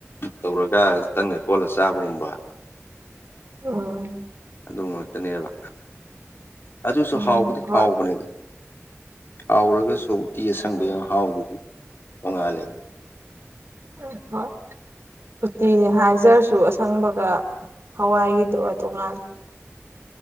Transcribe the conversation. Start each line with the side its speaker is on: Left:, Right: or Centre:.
Left: ꯇꯧꯔꯒ ꯇꯟꯒ ꯀꯣꯠꯂꯥ ꯆꯥꯕꯒꯨꯝꯕ
Right: ꯎꯝ
Left: ꯑꯗꯨ ꯉꯥꯛꯇꯅꯦꯕ ꯑꯗꯨꯁꯨ
Right: ꯎꯝ
Left: ꯍꯥꯎꯕꯗꯤ
Right: ꯍꯣꯏ
Left: ꯍꯥꯎꯕꯅꯦꯗꯥ ꯍꯥꯎꯔꯒꯁꯨ ꯎꯇꯤ ꯑꯁꯪꯕꯒꯤ ꯃꯍꯥꯎꯗꯨꯗꯤ ꯇꯣꯡꯉꯥꯜꯂꯤ
Right: ꯎꯝ ꯍꯣꯢ ꯎꯇꯤꯅꯦ ꯍꯥꯏꯖꯔꯁꯨ ꯑꯁꯪꯕꯒ ꯍꯋꯥꯏꯒꯤꯗꯨꯒ ꯇꯣꯉꯥꯜꯂꯤ